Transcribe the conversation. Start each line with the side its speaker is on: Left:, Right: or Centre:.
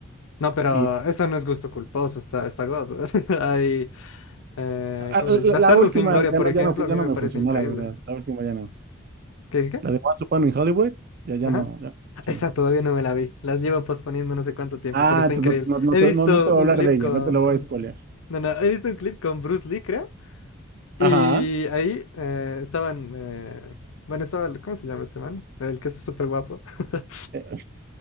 Left: No, pero
Right: Y es-
Left: eso no es gusto culposo, está, está God. <laughs> Hay, eh,
Right: ah,
Left: ¿cómo se dice?
Right: la,
Left: Bastardo
Right: la- última
Left: sin Gloria,
Right: ya
Left: por
Right: no,
Left: ejemplo,
Right: ya no, fu-
Left: a
Right: ya
Left: mí
Right: no
Left: me
Right: me
Left: parece
Right: funcionó,
Left: increíble.
Right: la verdad. La última ya no.
Left: ¿Qué, qué?
Right: La de Once Upon in Hollywood, ya, ya
Left: Ajá.
Right: no, ya no funcionó.
Left: Esa todavía no me la vi. Las llevo posponiendo no sé cuánto tiempo,
Right: Ah,
Left: pero está
Right: entonces
Left: increíble.
Right: no, no,
Left: He
Right: no te,
Left: visto
Right: no, no te voy
Left: un
Right: a hablar
Left: clip
Right: de ella,
Left: con...
Right: no te lo voy a spoilear.
Left: No, no, he visto un clip con Bruce Lee, creo. Y
Right: Ajá.
Left: ahí eh, estaban, eh, bueno, estaba, el- ¿cómo se llama este man? El que es súper guapo. <laughs>
Right: Eh,